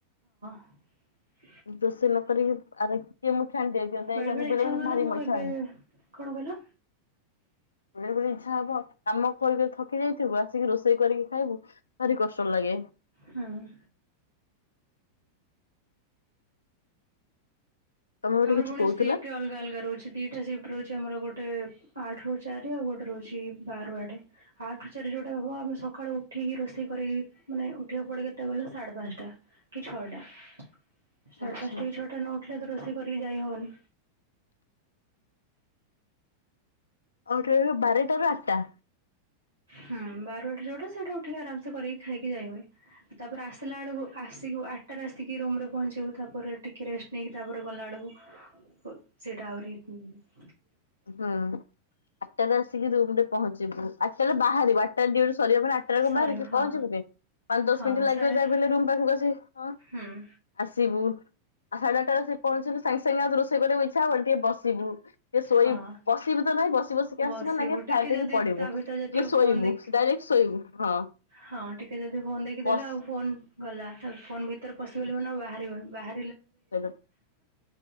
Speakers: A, on the right; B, on the left.
A: <inaudible>
B: ରୋଷେଇ ନ କରିକି ଆର କିଏ ମୁଠି ଆଣି ଦ ବେଳେବେଳେ
A: ବେଳେ ବେଳେ ଇଚ୍ଛା ହୁଏ ମାନେ
B: ଭାରି
A: ମୁଁ
B: <unintelligible>
A: ଏବେ କଣ କହିଲ?
B: ବେଳେବେଳେ ଇଚ୍ଛା ହବ। କାମ କରି କରି ଥକି ଯାଇଥିବୁ ଆସିକି ରୋଷେଇ କରିକି ଖାଇବୁ ଭାରି କଷ ଟ ଲାଗେ
A: ହୁଁ।
B: ତମେ ଗୋଟେ
A: ତମର
B: କିଛି
A: ଫୁଣି
B: କହୁଥିଲ?
A: ସିଫ୍ଟ ଅଲଗା ଅଲଗା ରହୁଛି ଦିଟା ସିଫ୍ ଟେ ରହୁଛି ଆମର ଗୋଟେ ଆଠ ରୁ ଚାରି ଆଉ ଗୋଟେ ରହୁଛି ବାରରୁ ଆଠେ ଆଠେ ରୁ ଚାରି ଯୋଉଟା ହବ ଆ ସକାଳୁ ଉଠିକି ରୋଷେଇ କରିକି ମାନେ ଉଠିବାକୁ ପଡେ କେତେଟା କହିଲ ସାଢେ ପାଞ୍ଚଟା କି ଛଅ ସାଢେ ପାଞ୍ଚଟା
B: ଆଚ୍ଛା।
A: କି ଛଅଟା ନ ଉଠିଲେ ତ ରୋଷେଇ କରିକି ଯାଇ ହବନି।
B: ସେଇ ଯୋଉ ବାରେ ଟାରୁ ଆଟା।
A: ହୁଁ ବାର ରୁ ଆଠ ଯୋଉଟା ସେଇଟାକୁ ଉଠିକି ଆରାମସେ କରିକି ଖାଇକି ଯାଇ ହୁଏ। ତାପରେ ଆସିଲା ବେଳକୁ ଆସିକି ଆଠଟାରେ ଆସିକି ରୁମ ରେ ପହଞ୍ଚିବୁ ତାପରେ ଟିକେ ରେଷ୍ଟ ନେଇକି ତାପରେ ଗଲା ବେଳ ସେଇଟା ଆହୁରି ଉଁ ମ୍
B: ହୁଁ ଆଟାରେ ଆସିକି ରୁମରେ ପହଞ୍ଚୁ ଯିବୁ ଆଠଟା ବେଳେ ବାହାରିବୁ ଆଠଟାରେ ଡ୍ୟୁଟି ସରିବ ମାନେ ଆଠଟାକୁ
A: ସରି
B: ବାହାରିକି
A: ହଁ
B: ପହଞ୍ଚିବୁ କି ପାଞ୍ଚ ଦଶ
A: ହଁ
B: ମିନିଟ୍ ଲାଗିବ
A: ସାଢ଼େ ଆଠ
B: ଯାହା ବି ହେଲେ ରୁମ୍ ପାଖକୁ ଆସି ହଁ
A: ହୁଁ।
B: ଆସିବୁ ଆ ସାଢ଼େ ଆ ଟା ରେ ଆସିକି ପହଞ୍ଚିଲୁ ସାଙ୍ଗେ ସାଙ୍ଗେ ଆଉ ରୋଷେଇ କରିବାକୁ ଇଚ୍ଛା ହବ ଟିକେ ବସିବୁ ଟିକେ ଶୋଇ
A: ହଁ
B: ବସିବୁ ତ ନାହିଁ ବସି ବସିକା
A: ବସିବୁ
B: ଆସଚୁ ମାନେ ଆଗେ ଫ୍ଲାଟ
A: ଟିକେ
B: ହେଇକି
A: ଯଦି
B: ପଡିବୁ
A: ତା ଭିତରେ
B: କିଏ
A: ଟିକେ
B: ଶୋଇବୁ
A: ଫୋନ ଦେଖ
B: ଡାଇରେକ୍ଟ ଶୋଇବୁ ହଁ।
A: ହଁ ଟିକେ ଯଦି ଫୋନ ଦେଖିଦେଲୁ
B: ବସ
A: ଆଉ ଫୋନ୍ ଗଲା ଆଉ ଫୋନ ଭିତରେ ପଶିଗଲୁ
B: ହଁ
A: ମାନେ ଆଉ ବାହାରିନୁ ବାହା
B: ହଁ